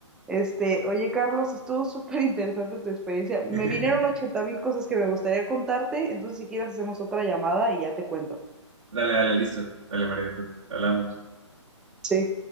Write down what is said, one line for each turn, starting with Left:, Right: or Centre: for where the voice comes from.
Centre: Este, oye, Carlos, estuvo súper interesante tu experiencia. Me
Right: <laughs>
Centre: vinieron ochenta mil cosas que me gustaría contarte, entonces si quieres hacemos otra llamada y ya te cuento.
Right: Dale, dale, listo. Dale, María, entonces, hablamos.
Centre: Sí.